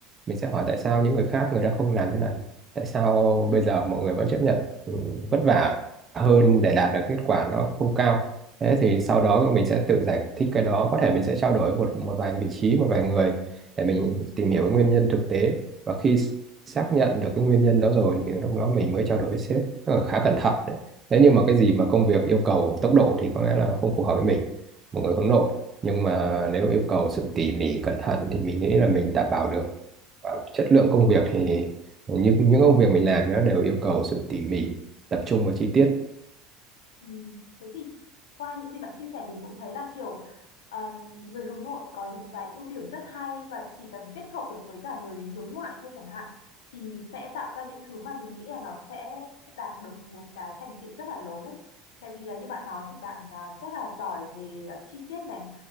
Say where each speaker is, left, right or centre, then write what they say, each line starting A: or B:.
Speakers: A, on the right (about 30°); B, on the left (about 70°).
A: mình sẽ hỏi tại sao những người khác người ta không làm thế này tại sao bây giờ mọi người vẫn chấp nhận ừ, vất vả hơn để đạt được kết quả nó không cao thế thì sau đó mình sẽ tự giải thích cái đó có thể mình sẽ trao đổi với một một vài vị trí một vài người để mình tìm hiểu cái nguyên nhân thực tế và khi xác nhận được cái nguyên nhân đó rồi thì lúc đó mình mới trao đổi với sếp Tức là khá cẩn thận nếu như mà cái gì mà công việc yêu cầu tốc độ thì có lẽ là không phù hợp với mình một người hướng nội nhưng mà nếu yêu cầu sự tỉ mỉ cẩn thận thì mình nghĩ là mình đảm bảo được và chất lượng công việc thì như những công việc mình làm nó đều yêu cầu sự tỉ mỉ tập trung vào chi tiết
B: Ừ. Thế thì qua những gì bạn chia sẻ mình cũng thấy là kiểu um, người hướng nội có những cái ưu điểm rất hay và chỉ cần kết hợp được với cả người hướng ngoại thôi chẳng hạn thì sẽ tạo ra những thứ mà mình nghĩ là nó sẽ đạt được một cái thành tựu rất là lớn đấy. Tại vì là như bạn nói thì bạn à, rất là giỏi về à, chi tiết này,